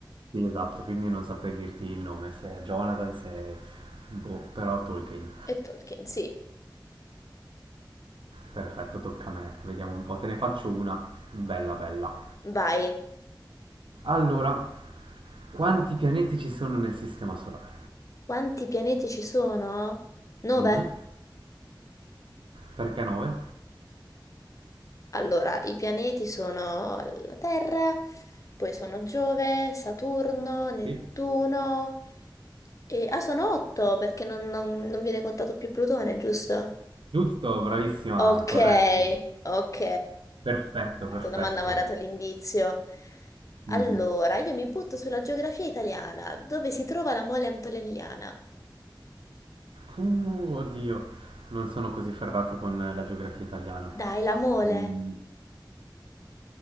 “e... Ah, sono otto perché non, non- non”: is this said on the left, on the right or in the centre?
Left